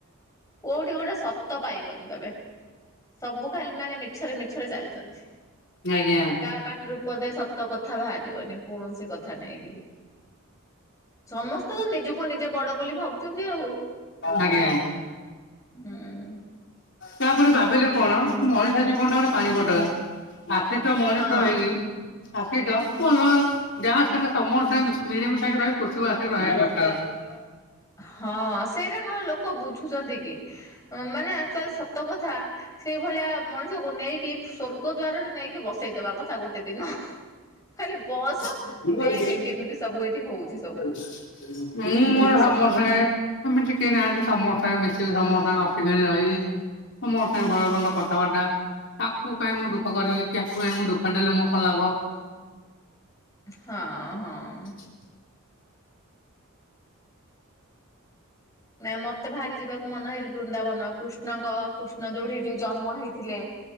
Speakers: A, on the left; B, on the left.
A: କୋଉଠି ଗୋଟେଏ ସତ ପାଇବନି ତମେ। ସବୁ ଖାଲି ମାନେ ମିଛରେ ମିଛରେ ଚାଲିଛନ୍ତି
B: ଆଜ୍ଞା
A: କା ପାଟି ରୂ ପଦେ ସତ କ ଯା ବାହାରିବନି କୌଣସି କଥା ନେଇକି ବି ସମସ୍ତେ ତ ନିଜୁ କୁ ନିଜେ ବଡ ବୋଲି ଭାବୁଛନ୍ତି ଆଉ
B: ଆଜ୍ଞା
A: ହୁଁ।
B: ତାପରେ ଭାବିଲେ କଣ ମଣିଷ ଜୀବନ ଟା ଗୋଟିଏ ପାଣି ଫଟକା। ଆସିଚ ମଣିଷ
A: ହଁ
B: ହେଇ ଆସିଚ ଭଲ। ଯାହା ସାଙ୍ଗେ ସମସ୍ତେ ମିଶି ମିଳି ମିଶାଇକି ରହେ ଖୁସି ବାସିରେ ରହିବା ଦରକାର।
A: ହଁ ସେଇରା କଣ ଲୋକ ବୁଝୁଛନ୍ତି କି? ହିଁମାନେ ଆକଚୁଆଲ ସତ କଥା ସେଇ ଭଳିଆ ମଣିଷକୁ ନେଇକି ସ୍ଵର୍ଗ ଦ୍ଵାରରେ ନେଇକି ବସ ସେଇ ଦବାକଥା ଗୋଟେ ଦିନ ଖାଲି ବସ
B: <inaudible> ହୁଁ ମୋର
A: ଦେଖେ
B: ଧର୍ମ
A: କେମିତି ସବୁ ଏଠି ହଉଛି ସବୁ
B: ସାଙ୍ଗେ
A: ଜିନିଷ।
B: ଆମେ ଟିକିଏ ନାହଲେ ସମସ୍ତଙ୍କ ସହ ମିଶିବି ସମସ୍ତ ସହ ହସି ଖେଳି ରହିବି। ସମସ୍ତଙ୍କ ସାଙ୍ଗେରେ ଭଲରେ ଭଲ କଥାବାର୍ତ୍ତା। କାକୁ କାହିଁ ମୁଁ ଦୁଃଖ କରିବି ତାକୁ କାହିଁ ମୁଁ ଦୁଃଖ ଦେଲେ ମୋର କଣ୍ ଲାଭ।
A: ହଁ ହଁ।
B: ହ <inaudible>
A: ନାଇଁ ମତେ ଭାରି ଜିବାକୁ ମନ ହେଇଛି ବୃନ୍ଦାବନ କୃଷ୍ଣଙ୍କ କୃଷ୍ଣ ଯୋଉଠି ଯୋଉ ଜନ୍ମ ହେଇଥିଲେ।